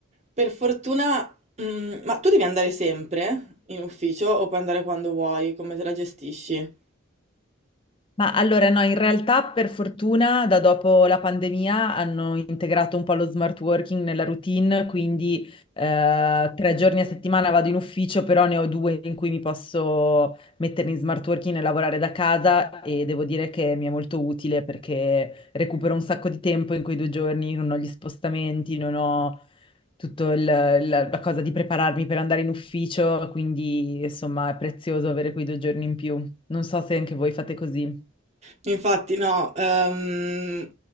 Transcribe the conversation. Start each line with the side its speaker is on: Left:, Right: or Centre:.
Right: Per fortuna, mm, ma tu devi andare sempre in ufficio o puoi andare quando vuoi? Come te la gestisci?
Left: Ma allora no, in realtà per fortuna da dopo la pandemia hanno integrato un po' lo smart working nella routine, quindi eh, tre giorni a settimana vado in ufficio, però ne ho due in cui mi posso mettere in smart working e lavorare da casa e devo dire che mi è molto utile perché recupero un sacco di tempo in quei due giorni, non ho gli spostamenti, non ho tutto il- la la cosa di prepararmi per andare in ufficio, quindi insomma è prezioso avere quei due giorni in più. Non so se anche voi fate così.
Right: Infatti, no, ehm,